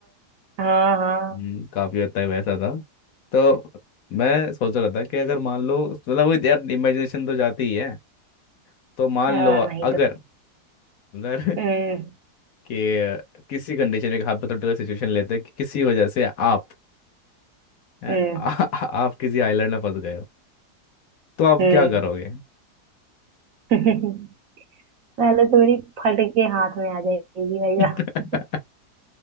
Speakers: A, on the right; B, on the left.
A: हाँ हाँ
B: हम्म, काफी हद तक वैसा था तो मैं सोच रहा था कि अगर मान लो मतलब वो यार इमेजिनेशन तो जाती ही है तो मान
A: और
B: लो अगर
A: नहीं तो क्या
B: अगर <laughs>
A: हम्म
B: कि किसी कंडीशन में हाइपोथेटिकल सिचुएशन लेते हैं कि किसी वजह से आप हैं?
A: हम्म
B: <laughs> आ, आ- आप किसी आइलैंड में फंस गए हो तो आप
A: हम्म
B: क्या करोगे
A: <laughs> पहले तो मेरी फट के हाथ में आ जाएगी भाई
B: <laughs>
A: साहब।